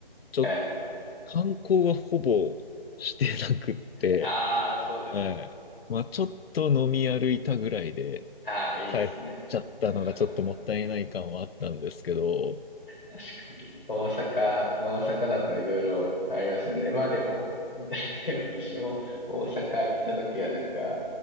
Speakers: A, on the left; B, on the left.
A: ちょ、
B: え
A: 観光はほぼしてなくって、
B: ー、ああ、そうですか。
A: はい。まあちょっと飲み歩いたぐらいで
B: ああ、いいっすね。
A: 帰っちゃったのがちょっともったいない感はあったんですけど、
B: うん確かに、大阪、大阪だといろいろありますよね。まあでも、大体私も大阪行った時はなんか、